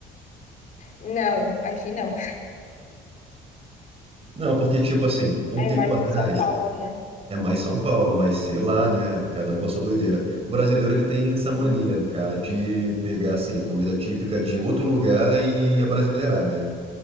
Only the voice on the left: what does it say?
Não, aqui não.
É
mais
em São Paulo, né?
Uhum.